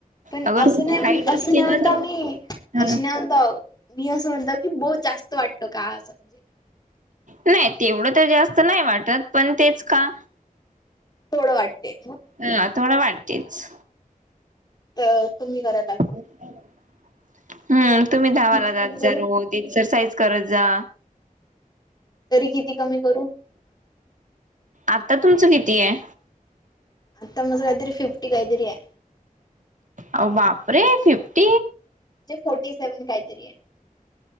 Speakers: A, on the left; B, on the right.
A: पण
B: अगर
A: असं
B: तुमची
A: नाही म्हण
B: हाईट
A: असं
B: असती
A: नाही
B: ना
A: म्हणता,
B: तर
A: आम्ही
B: हा
A: अशी नाही म्हणताव. मी असं म्हणताव की बहुत जास्त वाटत, का हा सुबजेक्ट?
B: नाई तेवढं तर जास्त नाही वाटत, पण तेच का?
A: थोडं वाटते.
B: हा थोडं वाटतेच.
A: त तुम्ही करा
B: <unintelligible> हम्म तुम्ही
A: तरी
B: धावाला
A: किती
B: जात
A: कमी करू
B: जा रोज एक्सरसाईज करत जा.
A: तरी किती कमी करू
B: आता तुमचं किती याय.
A: आता माझं काहीतरी फिफ्टी काहीतरी हाय.
B: आ बापरे फिफ्ट!
A: म्हणजे फोर्टी सेवन काहीतरी ये.